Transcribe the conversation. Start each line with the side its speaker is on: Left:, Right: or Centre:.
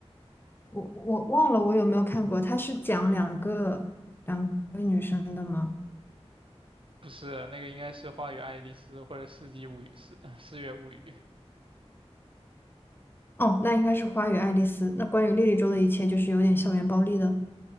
Left: 我我忘了我有没有看过，它是讲两个两个女生的吗？
Right: 不是，那个应该是《花与爱丽丝》或者《四季物语》四四月物语》
Left: 哦，那应该是《花与爱丽丝》。那关于莉莉周的一切，就是有点校园暴力的。